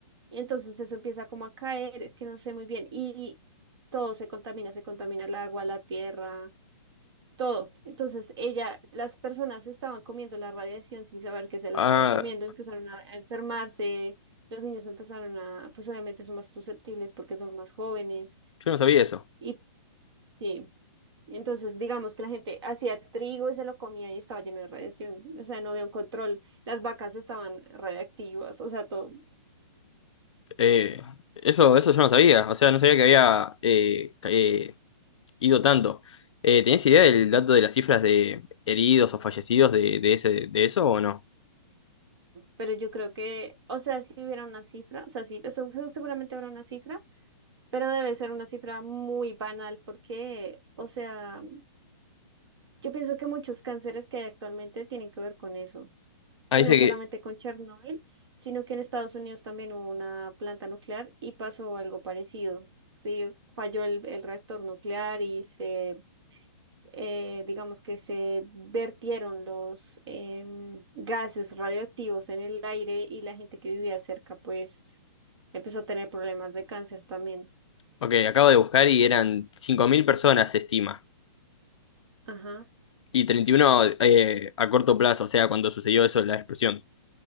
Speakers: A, on the right; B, on the left.
A: Y entonces eso empieza como a caer, es que no sé muy bien, y todo se contamina, se contamina el agua, la tierra, todo. Entonces ella, las personas estaban comiendo la radiación sin saber que se la
B: Ah,
A: estaban comiendo, empezaron a, a enfermarse, los niños empezaron a, pues obviamente son más susceptibles porque son más jóvenes,
B: yo no sabía eso.
A: y sí. Entonces, digamos que la gente hacía trigo y se lo comía y estaba lleno de radiación, o sea, no había un control, las vacas estaban radiactivas, o sea, todo.
B: Eh, eso, eso yo no sabía. O sea, no sabía que había eh, ca- eh, ido tanto. Eh, ¿tenés idea del dato de las cifras de heridos o fallecidos de, de ese, de eso o no?
A: Pero yo creo que, o sea, si hubiera una cifra, o sea, sí, eso- eso seguramente habrá una cifra, pero debe ser una cifra muy banal porque, o sea, yo pienso que muchos cánceres que hay actualmente tienen que ver con eso.
B: Ah,
A: Y
B: dice
A: no solamente
B: que,
A: con Chernobyl, sino que en Estados Unidos también hubo una planta nuclear y pasó algo parecido. Sí, falló el, el reactor nuclear y se eh, digamos que se vertieron los em, gases radioactivos en el aire y la gente que vivía cerca, pues empezó a tener problemas de cáncer también.
B: ok, acabo de buscar y eran 5.000 personas, se estima.
A: Ajá,
B: Y 31 eh, a corto plazo, o sea, cuando sucedió eso de la explosión,